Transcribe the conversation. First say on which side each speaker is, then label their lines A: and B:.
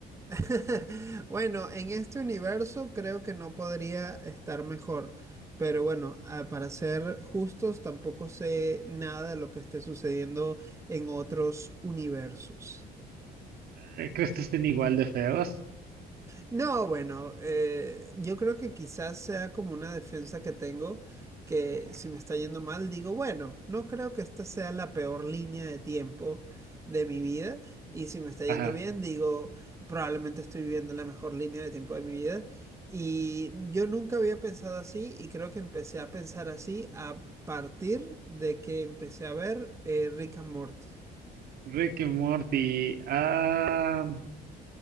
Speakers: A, on the right (about 15°); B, on the right (about 65°).
A: <laughs> bueno, en este universo creo que no podría estar mejor, pero bueno, ah, para ser justos, tampoco sé nada de lo que esté sucediendo en otros universos.
B: Ay, Eh, ¿Crees que estén igual de feos?
A: No, bueno, eh, yo creo que quizás sea como una defensa que tengo, que
B: ajá.
A: si me está yendo mal, digo, bueno, no creo que esta sea la peor línea de tiempo de mi vida, y si me está yendo
B: Ajá.
A: bien, digo, probablemente estoy viviendo la mejor línea de tiempo de mi vida, y yo nunca había pensado así, y creo que empecé a pensar así a partir de que empecé a ver eh, Rick and Morty.
B: Rick y Morty. Ah,